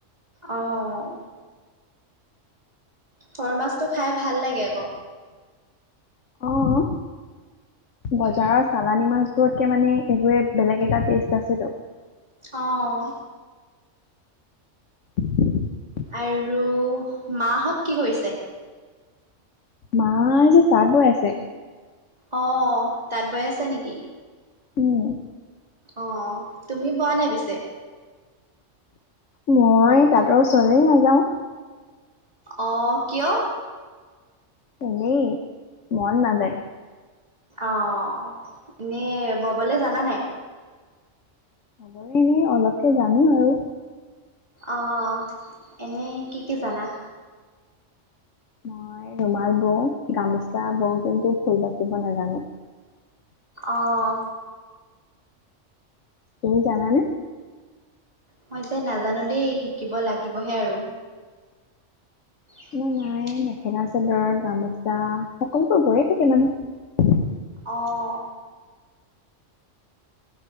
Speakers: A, on the right; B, on the left.
A: অঁহ ঘৰ মাছটো খাই ভাল লাগে আক
B: অ বজাৰৰ চালানী মাছবোৰতকে মানে এইবোৰে বেলেগ এটা টেষ্ট আছে ত
A: অহ
B: <unintelligible>
A: আৰু মা হত কি কৰিছে
B: মাই যে তাঁত বৈ আছে
A: অহ তাঁত বৈ আছে নিকি
B: উম
A: অহ তুমি বোৱা নাই পিছে
B: মই তা-ত ওচৰলেই নাযাওঁ
A: অহ কিয়
B: এনেই মন নাযায়
A: অহ এনে ববলে জানা নাই
B: ববলে এনেই অলপকে জানো আৰু
A: অঁ--হ, এনেই কি কি জানা?
B: মই ৰুমাল বওঁ, গামোচা বওঁ কিন্তু ফুল বাচিব নাজানোঁ।
A: অঁ
B: তুমি জানা নে?
A: মই যে নাজানোঁ দেই শিকিব লাগিবহে আৰু <unintelligible>
B: আমাৰ মায়ে মেখেলা- চাদৰ, গামোচা সকলোবোৰ বয়ে থাকে মানে।
A: অঁ